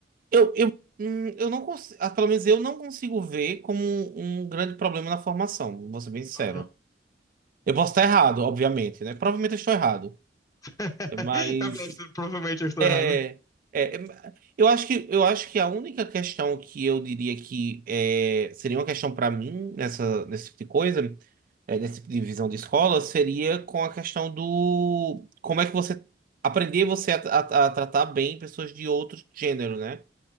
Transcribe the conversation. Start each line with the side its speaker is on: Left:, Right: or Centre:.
Right: Eu, eu, hum, eu não consigo, pelo menos eu não consigo ver como um, um grande problema na formação, vou ser bem sincero.
Left: Aham.
Right: Eu posso estar errado, obviamente, né? Provavelmente eu estou errado,
Left: <laughs>
Right: mas
Left: Eu gosto, provavelmente eu estou
Right: É,
Left: errado.
Right: é, eu acho que eu acho que a única questão que eu diria que é, seria uma questão para mim nessa nesse tipo de coisa, é, nesse tipo de visão de escola, seria com a questão do como é que você aprender você a, a- a tratar bem pessoas de outro gênero, né?